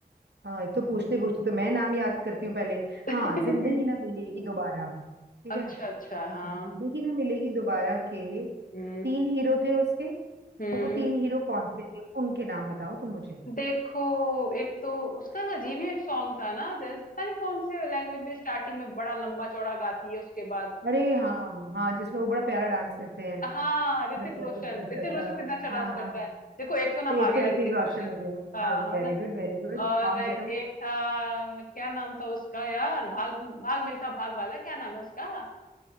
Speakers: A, on the right; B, on the left.
A: हाँ एक तो पूछते पूछते तो मैं नाम याद करती हूँ पहले
B: <laughs>
A: हाँ जिंदगी ना मिलेगी दोबारा ठीक
B: अच्छा
A: है
B: अच्छा हाँ
A: जिंदगी ना मिलेगी दोबारा के
B: हम्म
A: तीन हीरो थे उसके
B: हम्म
A: वो तीन हीरो कौन से थे उनके नाम बताओ तुम मुझे
B: देखो एक तो उसका अजीब ही एक सॉन्ग था ना जैसे पता नहीं कौन से लैंग्वेज में स्टार्टिंग में बड़ा लंबा चौड़ा गाती है उसके बाद
A: अरे हाँ हाँ जिसमें वो बड़ा प्यारा डांस करते हैं
B: हाँ
A: ट-
B: ऋतिक
A: ट-
B: रोशन
A: ट- ट-
B: ऋतिक
A: ट-
B: रोशन
A: ट-
B: कितना अच्छा
A: हाँ
B: डांस करता
A: हाँ
B: है देखो एक तो नाम
A: तो
B: आ
A: एक
B: गया
A: तो
B: ऋतिक
A: ऋतिक रोशन
B: रोशन
A: हो गया
B: हाँ
A: हाँ
B: है
A: वेरी
B: ना
A: गुड वेरी गुड
B: और
A: और
B: एक
A: बताओ
B: था क्या नाम था उसका यार भाग भाग मिल्खा भाग वाला क्या नाम है उसका